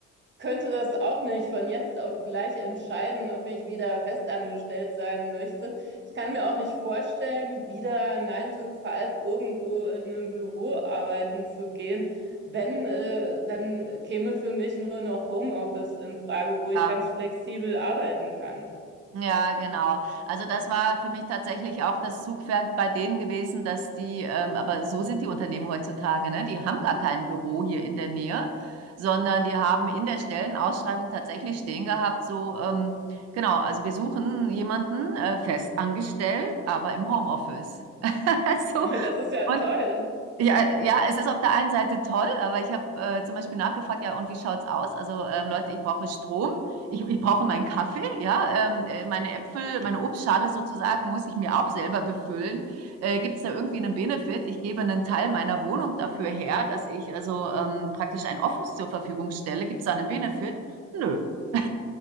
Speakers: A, on the right; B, on the right.
A: könnte das auch nicht von jetzt auf gleich entscheiden, ob ich wieder festangestellt sein möchte. Ich kann mir auch nicht vorstellen, wieder 9 to five irgendwo in einem Büro arbeiten zu gehen. Wenn, äh, dann käme für mich nur noch Homeoffice in Frage, wo ich
B: ja.
A: ganz flexibel arbeiten kann.
B: Ja, genau. Also das war für mich tatsächlich auch das Zugpferd bei denen gewesen, dass die, ähm, aber so sind die Unternehmen heutzutage, ne? Die haben gar kein Büro hier in der Nähe, sondern die haben in der Stellenausschreibung tatsächlich stehen gehabt, so, ähm, genau, also wir suchen jemanden äh, fest angestellt, aber im Homeoffice. <laughs> Also,
A: <laughs> Das ist ja
B: und
A: toll.
B: ja, äh, ja, es ist auf der einen Seite toll, aber ich habe äh, zum Beispiel nachgefragt, ja, und wie schaut's aus? Also ähm, Leute, ich brauche Strom, ich, ich brauche meinen Kaffee, ja, ähm, äh, meine Äpfel, meine Obstschale sozusagen muss ich mir auch selber befüllen. Äh, gibt's da irgendwie einen Benefit? Ich gebe einen Teil meiner Wohnung dafür her, dass ich also ähm, praktisch ein Office zur Verfügung stelle. Gibt's da einen Benefit? Nö. <laughs>